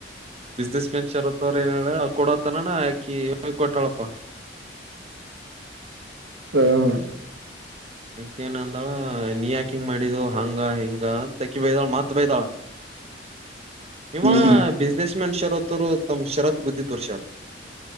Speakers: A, on the right; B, on the right.
A: ಬಿಸ್ನೆಸ್ ಮ್ಯಾನ್ ಶರತ್ ಅವ್ರ ಏನ ಕೊಡತನಾನ ಅಕಿ ಹ ಕೊಟಾಳಪ್ಪ
B: ಹಾ ಹಾ ಹ್ಮ್
A: ಅಕೇನ ಅಂದಳ ನೀ ಯಾಕ ಹಿಂಗ ಮಾಡಿದೋ ಹಂಗ ಹಿಂಗ ಅಂತಕಿ ಬೈ್ದಾಳ ಮತ್ ಬೈ್ದಾಳ ಇವ
B: ಹ್ಮ್
A: ಬಿಸ್ನೆಸ್ ಮ್ಯಾನ್ ಶರತ್ ಅವರು ತಮ್ಮ್ ಶರತ್ ಬುದ್ಧಿಿ ತೋರ್ಷರ